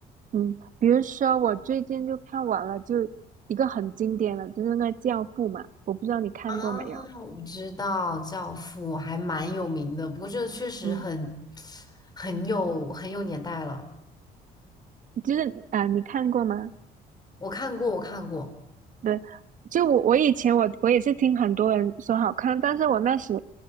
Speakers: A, on the right (about 50°); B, on the left (about 25°).
A: 嗯，比如说我最近就看完了，就一个很经典的，就是那个《教父》嘛，我不知道你看过没有？
B: 啊 <sniffs>？我知道《教父》还蛮有名的，不过这个确实很
A: 嗯，
B: 很有很有年代了。
A: 就是啊、呃你看过吗？
B: 我看过，我看过。
A: 对，就我我以前我我也是听很多人说好看，但是我那时